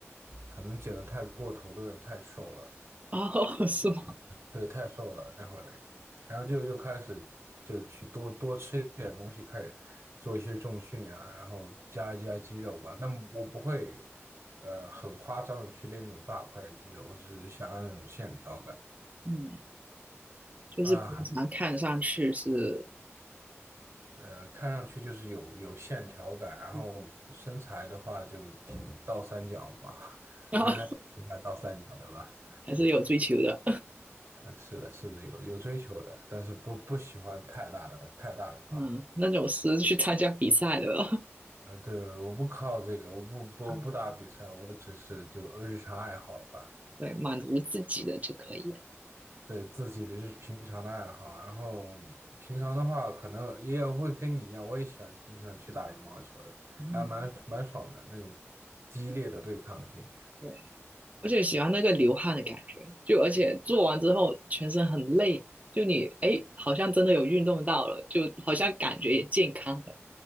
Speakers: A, on the right; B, on the right.
A: 可能减的太过头了，有点太瘦了，
B: 哦，<laughs> 是吗？
A: 对，太瘦了那会儿，然后就又开始就去多多吃一点东西，开始做一些重训呀啊，然后加一加肌肉吧。那么我不会，呃，很夸张的去练那种大块的肌肉，我只是想要那种线条感
B: 嗯，就是平常看上去是，
A: 啊，呃，看上去就是有有线条感，
B: <laughs>
A: 然后身材的话就倒三角嘛，<laughs>
B: 然后
A: 男孩子挺喜欢倒三角的吧？
B: 还是有追求的。
A: 呃，是的，是的，有有追求的，但是不不喜欢太大的太大的块。
B: 嗯，那种是去参加比赛的了，
A: 呃，对，我不靠这个，我不不不打比赛，
B: <laughs>
A: 我只是就日常爱好吧，
B: 对，满足自己的就可以了。
A: 对自己的日平常的爱好。然后平常的话，可能也有会跟你一样，我也喜欢挺喜欢去打羽毛球的，
B: 嗯。
A: 还蛮蛮爽的那种激烈的对抗性。
B: 对。而且喜欢那个流汗的感觉，就而且做完之后全身很累，就你哎，好像真的有运动到了，就好像感觉也健康了。